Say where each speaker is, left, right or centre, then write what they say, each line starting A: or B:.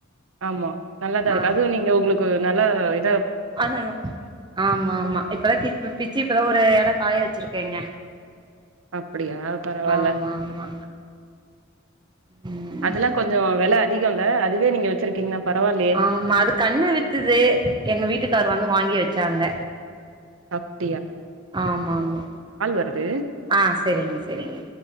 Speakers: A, on the right; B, on the right.
A: ஆமா நல்லாதான் இருக்கு
B: ஆ
A: அதுவும் நீங்க உங்களுக்கு நல்லா இத
B: அது ஆமா ஆமா இப்த பிச்சு இப்தான் ஒரு இல காய வச்சிருக்கேங்க
A: அப்படியா பரவாயில்ல
B: ஆமா ஆமா ம்
A: அதெல்லாம் கொஞ்சம் வெல அதிகம்ல அதுவே நீங்க வச்சிருக்கீங்கன்னா பரவால்லயே
B: ஆமா அது கண்ணு வித்துது எங்க வீட்டுக்கார வந்து வாங்கி வச் வச்சாங்க
A: அப்
B: ஆமா ஆமா
A: வருது
B: ஆஹ் சேரிங்க சேரிங்க